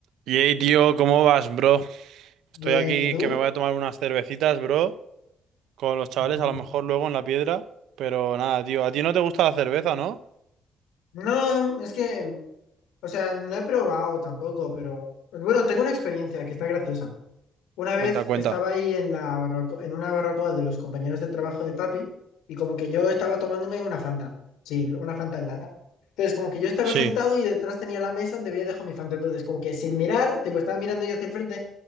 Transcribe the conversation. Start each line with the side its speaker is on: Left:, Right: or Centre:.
Right: Yay, tío, ¿cómo vas, bro? Estoy
Left: Bien,
Right: aquí
Left: ¿y tú?
Right: que me voy a tomar unas cervecitas, bro, con los chavales,
Left: No,
Right: a lo mejor luego en la piedra, pero nada, tío, a ti no te gusta la cerveza, ¿no?
Left: no, es que, o sea, no he probado tampoco, pero bueno, tengo una experiencia que está graciosa. Una
Right: Cuenta,
Left: vez
Right: cuenta.
Left: estaba ahí en la barbaco- en una barbacoa de los compañeros de trabajo de papi y como que yo estaba tomándome una Fanta, sí, una Fanta en lata. Entonces, como que yo estaba
Right: Sí.
Left: sentado y detrás tenía la mesa donde había dejado mi Fanta. Entonces, como que sin mirar, tipo, estaba mirando yo hacia el frente,